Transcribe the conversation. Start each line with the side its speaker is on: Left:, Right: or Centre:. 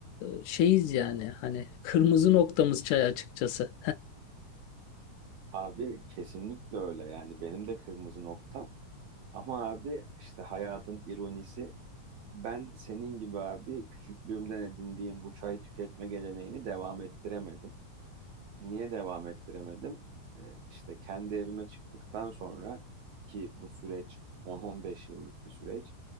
Left: e, şeyiz yani. Hani kırmızı noktamız çay açıkçası.
Right: Abi kesinlikle öyle yani benim de kırmızı noktam. Ama abi işte hayatın ironisi Ben senin gibi abi küçüklüğümden edindiğim bu çay tüketme geleneğini devam ettiremedim. Niye devam ettiremedim? Ee, işte kendi evime çıktıktan sonra ki bu süreç 10-15 yıllık bir süreç.